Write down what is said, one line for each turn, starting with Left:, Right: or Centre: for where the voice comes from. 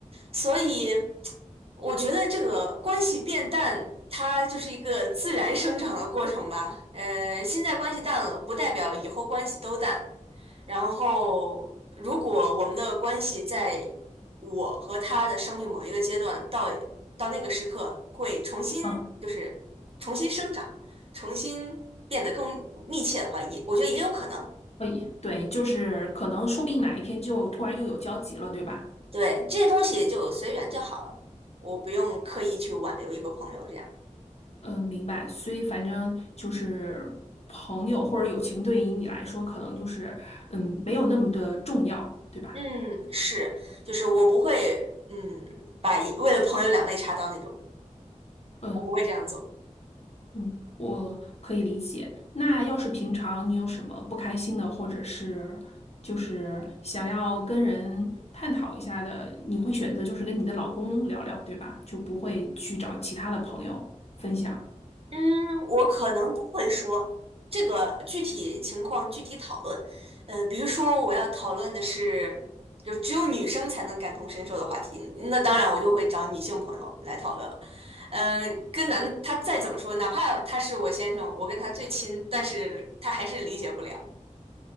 Right: 所以我觉得这个关系变淡，它就是一个自然生长的过程吧。呃，现在关系淡了，不代表以后关系都淡。然后，如果我们的关系在我和他的生命某一个阶段到到那个时刻会重新就是重新生长。
Left: 嗯。
Right: 重新变得更密切的话，也我觉得也有可能。
Left: 以，对，就是可能说不定哪一天就突然又有交集了，对吧？
Right: 对，这些东西就随缘就好了，我不用刻意去挽留一个朋友这样。
Left: 嗯，明白。所以反正就是朋友或者友情对于你来说，可能就是嗯没有那么的重要，对吧？
Right: 嗯，是，就是我不会，嗯，把一为了朋友两肋插刀那种，
Left: 嗯
Right: 我不会这样做。
Left: 嗯，我可以理解。那要是平常你有什么不开心的，或者是就是想要跟人探讨一下的，你会选择就是跟你的老公聊聊，对吧？就不会去找其他的朋友分享。
Right: 嗯，我可能都会说这个具体情况具体讨论。呃，比如说我要讨论的是，就只有女生才能感同身受的话题，那当然我就会找女性朋友来讨论了嗯，跟男的他再怎么说，哪怕他是我先生，我跟他最亲，但是他还是理解不了。